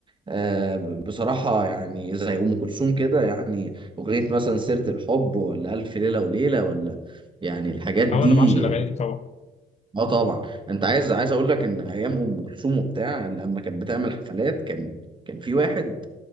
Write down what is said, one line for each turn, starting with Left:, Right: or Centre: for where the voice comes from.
Right: آه ب- بصراحه يعني زي ام كلثوم كده يعني اغنيه مثلا سيره الحب ولا الف ليله وليله ولا يعني الحاجات دي
Left: اه، انا بعشق الاغاني دي طبعا
Right: اه طبعا انت عايز عايز اقول لك ان ايام ام كلثوم وبتاع لما كانت بتعمل حفلات كان كان في واحد